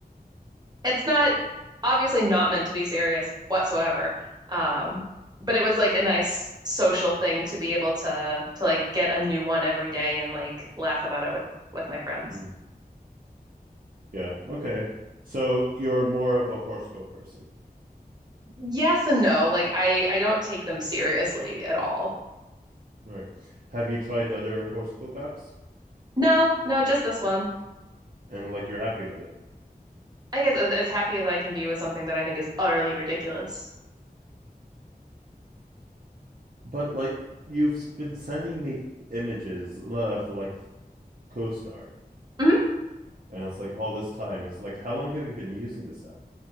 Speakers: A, on the right; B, on the right.
A: It's not obviously not meant to be serious whatsoever. Um, but it was like a nice social thing to be able to to like get a new one every day and like laugh about it with with my friends.
B: Mm, Yeah, okay. So you're more of a horoscope person.
A: Yes and no. Like I I don't take them seriously at all.
B: All right. Have you tried other horoscope apps
A: No, no, just this one.
B: and like you're happy with it?
A: I guess as, as happy as I can be with something that I think is utterly ridiculous.
B: But like you've been sending me images of the like CoStar,
A: Mhm.
B: and it's like all this time. It's like how long have you been using this app?